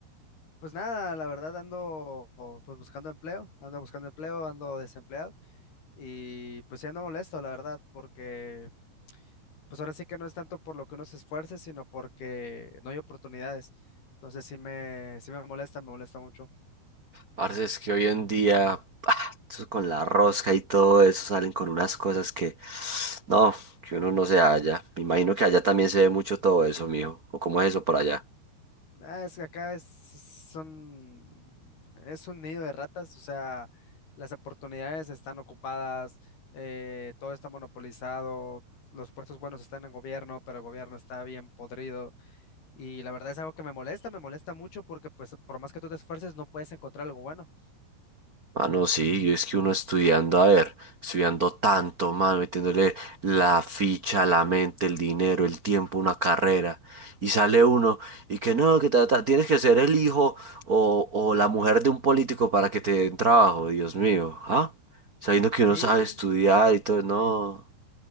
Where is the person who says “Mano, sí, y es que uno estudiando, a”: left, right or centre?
Right